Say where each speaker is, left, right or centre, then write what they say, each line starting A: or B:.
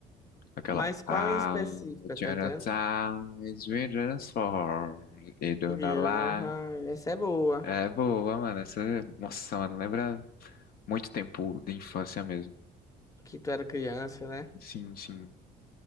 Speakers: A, on the left; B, on the left.
A: Aquela
B: Mas qual
A: I'll
B: em específico,
A: Jonathan's
B: tá entendendo?
A: Rangers for e Dona
B: Viu,
A: Lá.
B: no raio. Essa é boa.
A: É boa, mano. Essa, nossa, mano, lembra muito tempo de infância mesmo.
B: Que tu era criança, né?
A: Sim, sim.